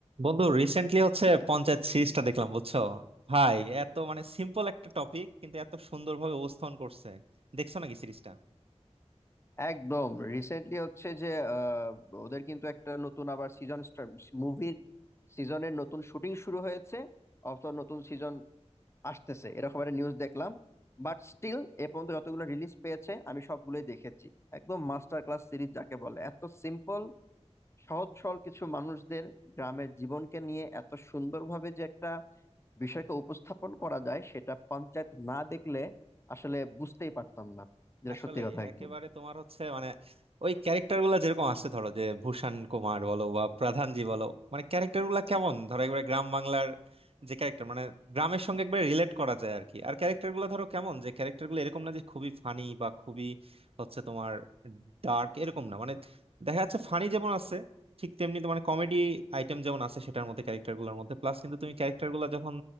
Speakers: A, on the right; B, on the left.
A: বন্ধু রিসেন্টলি হচ্ছে পঞ্চায়েত সিরিজটা দেখলাম বুঝছো ভাই এত মানে সিম্পল একটা টপিক কিন্তু এত সুন্দরভাবে উপস্থাপন করছে দেখছো নাকি সিরিজটা
B: একদম রিসেন্টলি হচ্ছে যে আহ, ওদের কিন্তু একটা নতুন আবার সিজন মুভির সিজনের নতুন শুটিং শুরু হয়েছে অথবা নতুন সিজন আসতেছে এরকম একটা নিউজ দেখলাম বাট স্টিল এ পর্যন্ত যতগুলো রিলিজ পেয়েছে আমি সবগুলোই দেখেছি একদম মাস্টার ক্লাস সিরিজ যাকে বলে এত সিম্পল সহজ সরল কিছু মানুষদের গ্রামের জীবনকে নিয়ে এত সুন্দরভাবে যে একটা বিষয়কে উপস্থাপন করা যায় সেটা পঞ্চায়েত না দেখলে আসলে বুঝতেই পারতাম না যেটা
A: আসলে
B: সত্যি কথা
A: একেবারে
B: একদম
A: তোমার হচ্ছে মানে ওই ক্যারেক্টার গুলা যেরকম আছে ধরো যে ভূষণ কুমার বলো বা প্রধানজি বলো মানে ক্যারেক্টার গুলা কেমন ধরো একবারে গ্রাম বাংলার যে ক্যারেক্টার মানে গ্রামের সঙ্গে একবারে রিলেট করা যায় আর কি আর ক্যারেক্টার গুলো ধরো কেমন যে ক্যারেক্টার গুলো এরকম না যে খুবই ফানি বা খুবই হচ্ছে তোমার ডার্ক এরকম না মানে দেখা যাচ্ছে ফানি যেমন আছে ঠিক তেমনি তোমার কমেডি আইটেম যেমন আছে সেটার মধ্যে ক্যারেক্টার গুলোর মধ্যে প্লাস কিন্তু তুমি ক্যারেক্টার গুলা যখন